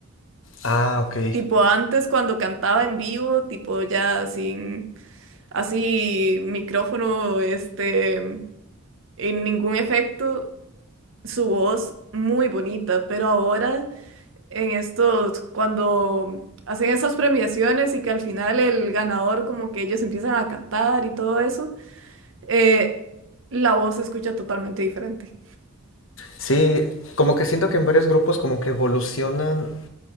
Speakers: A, on the left; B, on the right.
A: Ah, ok.
B: Tipo antes cuando cantaba en vivo, tipo ya sin así micrófono, este, mm, en ningún efecto, su voz muy bonita, pero ahora en estos, cuando mm, hacen esas premiaciones y que al final el ganador como que ellos empiezan a cantar y todo eso, eh, la voz se escucha totalmente diferente.
A: Sí, como que siento que en varios grupos como que evolucionan,